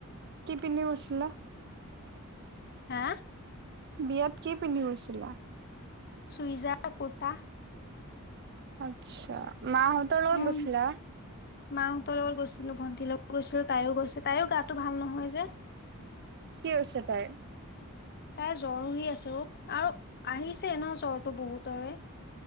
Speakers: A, on the right; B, on the left.
A: কি পিন্ধি গৈছিলা
B: হা
A: বিয়াত কি পিন্ধি গৈছিলা
B: চুইজাৰ কোৰ্টা
A: আচ্ছা মাঁহতৰ লগত
B: উম।
A: গৈছিলা
B: মাহঁতৰ লগত গৈছিলো ভণ্টিৰ লগত গৈছিলো তাইও গৈছে তাইও গাটো ভাল নহয় যে
A: কি হৈছে তাইৰ
B: তাই জ্বৰ হৈ আছে অ আৰু আহিছে ন জ্বৰটো বহুতৰে